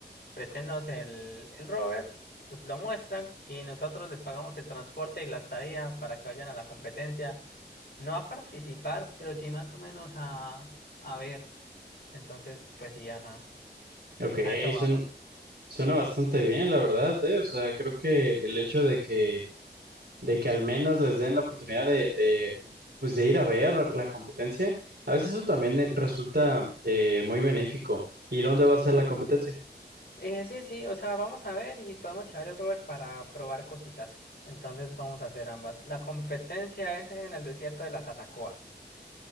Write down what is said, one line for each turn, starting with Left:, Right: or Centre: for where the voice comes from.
Left: préstenos el, el rover, pues lo muestran y nosotros les pagamos el transporte y la estadía para que vayan a la competencia. No a participar, pero sí más o menos a, a ver. Entonces, pues sí, ajá.
Right: ok,
Left: A eso vamos.
Right: suena, suena bastante bien, la verdad, eh. O sea, creo que el hecho de que de que al menos les den la oportunidad de, de, pues de ir a ver la competencia. A veces eso también eh, resulta eh, muy benéfico. ¿Y dónde va a ser la competencia?
Left: Eh, sí, sí, o sea, vamos a ver y podemos llevar el rover para probar cositas. Entonces vamos a hacer ambas. La competencia es en el desierto de la Tatacoa,